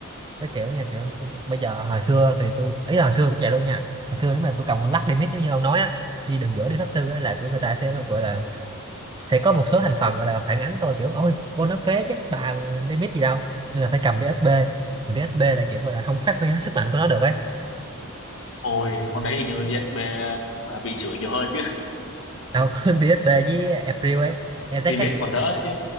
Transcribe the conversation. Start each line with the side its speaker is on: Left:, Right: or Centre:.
Right: nó kiểu nha kiểu tôi, bây giờ hồi xưa thì tôi ý là hồi xưa cũng vậy luôn nha hồi xưa nếu mà tôi cầm con lắc đi mít giống như ông nói á đi đường giữa đi Pháp Sư á là kiểu người ta sẽ gọi là sẽ có một số thành phần gọi là phản ánh tôi kiểu ôi con nó phế chết bà mà đi mít gì đâu nên là phải cầm DSP mà DSP là kiểu gọi là không phát huy hết sức mạnh của nó được ấy
Left: Ôi, con đấy hình như DSP cũng, à, bị chửi nhiều hơn chứ.
Right: đâu <laughs> DSP với April ấy
Left: <laughs>
Right: Ezek
Left: Limit
Right: á,
Left: còn đỡ chứ.